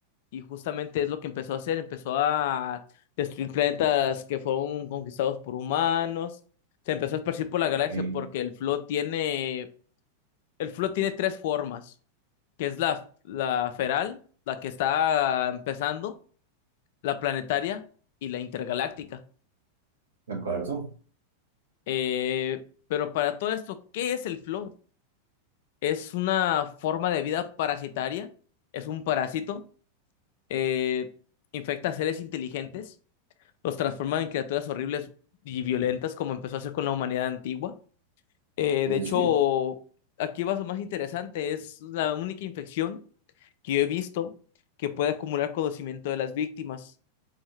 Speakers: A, on the left; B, on the right.
A: y justamente es lo que empezó a hacer. Empezó a destruir planetas que fueron conquistados por humanos. Se empezó a esparcir por la
B: Ok.
A: galaxia porque el Flood tiene El flow tiene tres formas, que es la, la feral, la que está empezando, la planetaria y la intergaláctica.
B: De acuerdo.
A: Eh, pero para todo esto, ¿qué es el flow? Es una forma de vida parasitaria, es un parásito, eh, infecta a seres inteligentes, los transforma en criaturas horribles y violentas como empezó a hacer con la humanidad antigua. Eh,
B: Sí,
A: de
B: sí,
A: hecho,
B: sí.
A: aquí va lo más interesante, es la única infección que yo he visto que puede acumular conocimiento de las víctimas.